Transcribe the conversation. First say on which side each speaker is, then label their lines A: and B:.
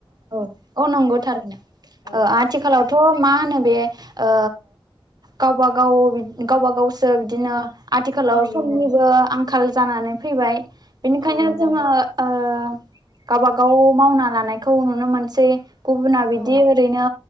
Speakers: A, on the right; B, on the left.
A: औ औ नंगौ थारैनो ओ
B: औ
A: ना आथिखालावथ'
B: ओ
A: मा होनो बे ओ गावब गाव गावब गावसो बिदिनो आथिखालाव
B: औ
A: समनिबो
B: नंगौ
A: आंखाल जानानै फैबाय बिनिखायनो
B: औ नंगौ
A: जोङो ओ गावबा गाव मावना लानायखौ नुनो मोनसै गुबुना बिदि
B: औ
A: ओरैनो